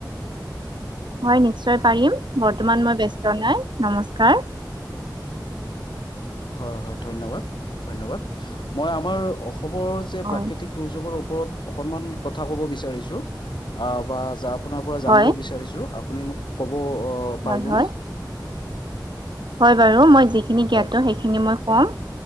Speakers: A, on the right; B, on the left.
A: হয় নিশ্চয় পাৰিম, বৰ্তমান মই ব্যস্ত নাই, নমস্কাৰ।
B: হয়, হয় ধন্যবাদ, ধন্যবাদ, মই আমাৰ খবৰ যে
A: অ
B: প্ৰাকৃতিক দুৰ্যোগৰ ও ওপৰত অকনমান কথা ক'ব বিচাৰিছোঁ আহ আপোনাৰ পৰা জানিব
A: হয়
B: বিচাৰিছোঁ। আপুনি মোক ক'ব অ'
A: হয়
B: পাৰিবনে?
A: হয় হয় বাৰু মই যিখিনি জ্ঞাতো
B: হয়
A: সেইখিনি মই কম।